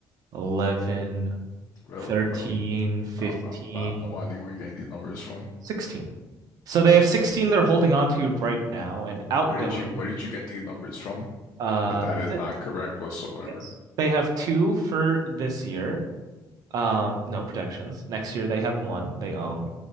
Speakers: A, on the right; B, on the left.
A: eleven,
B: Really,
A: thirteen,
B: bro.
A: fifteen,
B: I'm, I'm, I have no idea where you're getting these numbers from.
A: sixteen. So they have 16 they're holding on to right now and outgoing.
B: Where did you Where did you get these numbers from?
A: Uh,
B: That is
A: th-
B: not correct whatsoever.
A: Yes. they have two for this year. Um, no protections. Next year they have one they own.